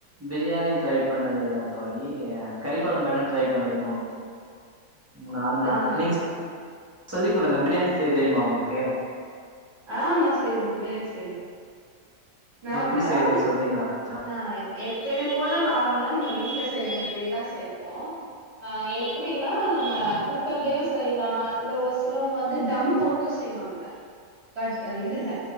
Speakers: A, on the right; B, on the right.
A: பிரியாணி ட்ரை பண்ணது இல்லத்தோழி அ கறிக்கொழம்பு வேணா ட்ரை பண்ணிருக்கோ
B: ம்
A: நார்மலா
B: ஆ
A: நீங்க சொ சொல்லி குடுங்க பிரியாணி செய்ய தெரியுமா உங்களுக்கு
B: ஆ நா செய்வே பிரியாணி செய்வே நார்மலா
A: எப்டி செய்யறதுன்னு சொல்றீங்களா கொஞ்சோ
B: நா எப்பயும் போல நார்மலா நம்ம வீட்ல செய்ற மாதிரியே தா செய்வோ ஆ எப்டின்னா நம் ம
A: ஆ
B: குக்கர்லயு
A: சரிங்க
B: செய்லா இல்ல ஒரு சிலவங்க வந்து டம் போட்டூ செய்வாங்க கட் அ இதுல்ல